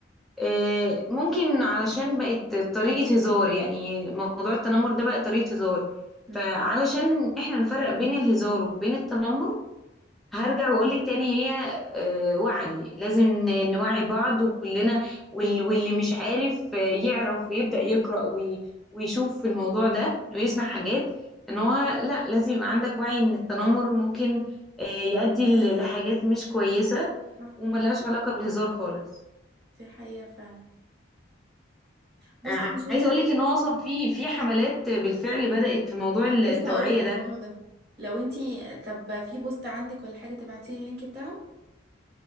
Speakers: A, in the centre; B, on the right.
A: آه، ممكن علشان بقت طريقة هزار يعني موضوع التنمر ده بقى طريقة هزار
B: امم
A: فعلشان احنا نفرق بين الهزار وبين التنمر هرجع واقولك تاني هي آه، وعي لازم ن- نوعي بعض وكلنا وال- واللي مش عارف آه، يعرف ويبدأ يقرأ وي- ويشوف في الموضوع ده ويسمع حاجات
B: امم
A: ان هو لا لازم يبقى عندك وعي ان التنمر ممكن آه، يؤدي ل- لحاجات مش كويسة
B: صح
A: وملهاش علاقة بالهزار خالص
B: دي حقيقه فعلا بصي
A: آه،
B: مش انت
A: عايزه اقول
B: كنت
A: لك ان
B: لسه-
A: هو اصلا في في حملات بالفعل بدات في موضوع
B: أنا
A: التوعيه
B: كنت لسه هقول لك على
A: ده
B: الموضوع ده لو انت طب في بوست عندك ولا حاجه تبعتي لي اللينك بتاعه